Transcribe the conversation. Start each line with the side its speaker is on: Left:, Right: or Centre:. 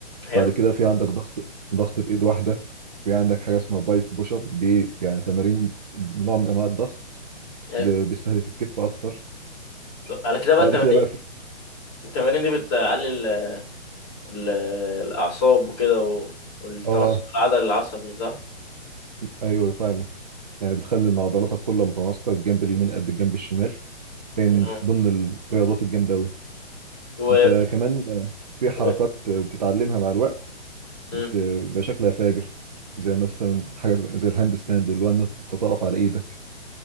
Left: حلو
Right: بعد كده في عندك ضغط ضغط بإيد واحدة في عندك حاجة اسمها بايك بوش اب دي يعني تمارين نوع من أنواع الضغط
Left: حلو
Right: اللي بيستهدف الكتف أكتر
Left: طب على كده بقى
Right: بعد
Left: التمارين
Right: كده بقى في
Left: التمارين دي بتقلل ال- ال- الاعصاب وكده و... والتناسق
Right: آه
Left: في العضل العصبي صح
Right: أيوه فعلا يعني بتخلي إن عضلاتك كلها متناسقة الجنب اليمين قد الجنب الشمال فهي
Left: امم
Right: من ضمن الرياضات الجامدة أوي
Left: و...
Right: انت كمان في حركات
Left: و...
Right: بتتعلمها مع الوقت
Left: مم.
Right: بت- بيبقى شكلها فاجر زي مثلا حاجه زي زي الهاند ستاند اللي هو ان انت تقف على ايدك